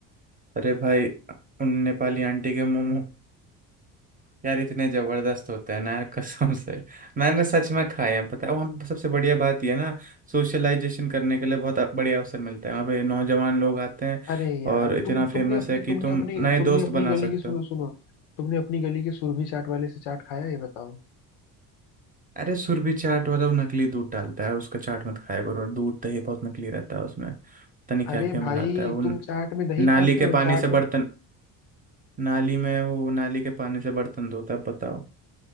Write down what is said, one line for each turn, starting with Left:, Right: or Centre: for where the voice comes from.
Right: अरे भाई उन नेपाली आंटी के मोमो यार इतने जबरदस्त होते हैं ना यार कसम से मैंने सच में खाए हैं पता है वहाँ पे सबसे बढ़िया बात यह है ना सोशलाइजेशन करने के लिए बहुत बढ़िया अवसर मिलता है वहाँ पे नौजवान लोग आते हैं
Left: अरे यार
Right: और इतना
Left: तुम
Right: फेमस
Left: तुमने अपने
Right: है कि
Left: तुमने
Right: तुम
Left: अपनी
Right: नए
Left: तुमने
Right: दोस्त
Left: अपनी
Right: बना
Left: गली
Right: सकते
Left: के सुनो
Right: हो
Left: सुनो तुमने अपनी गली के सुरभि चाट वाले से चाट खाया ये बताओ
Right: अरे सुरभि चाट वाला वो नकली दूध डालता है उसका चाट मत खाया करो और दूध दही बहुत नकली रहता है उसमें पता नहीं क्या
Left: अरे
Right: क्या मिलाता
Left: भाई
Right: है वो न-
Left: तुम चाट में दही
Right: नाली
Left: खाते
Right: के
Left: हो
Right: पानी
Left: चाट
Right: से बर्तन नाली में वो नाली के पानी से बर्तन धोता है बताओ